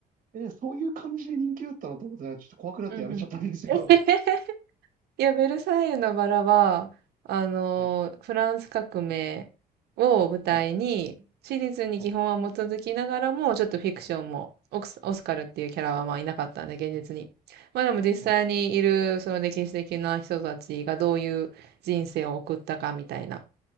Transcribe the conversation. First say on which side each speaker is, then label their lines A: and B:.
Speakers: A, on the right; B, on the right.
A: え、そういう感じで人気だったなと思ってたら、ちょっと怖くなってやめちゃったんですよ。
B: うんうん。<laughs> いや、ベルサイユのバラは、あの、
A: <laughs> はい、
B: フランス革命を舞台に、
A: はい、
B: 史実に基本は基づきながらも、
A: はい、
B: ちょっとフィクションも、オクス、オスカルっていうキャラはまあいなかったんで、現実に。まあでも実際にいる、
A: はい、はい。
B: その歴史的な人たちがどういう人生を送ったかみたいな